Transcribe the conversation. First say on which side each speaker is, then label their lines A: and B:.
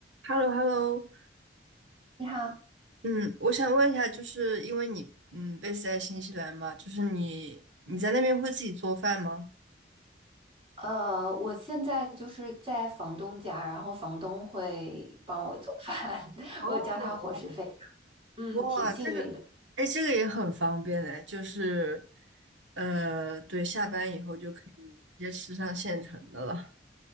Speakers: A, on the right; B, on the right.
A: h e l l o h e l l o
B: 你好，
A: 嗯，我想问一下，就是因为你嗯 base 在新西兰嘛，就是你你在那边会自己做饭吗？
B: 呃，我现在就是在房东家，然后房东会帮我做饭，<laughs>
A: 哦，
B: 我交他伙食费。嗯，
A: 哇，
B: 挺幸运的。
A: 这个，哎，这个也很方便哎，就是呃，对，下班以后就可以直接吃上现成的了。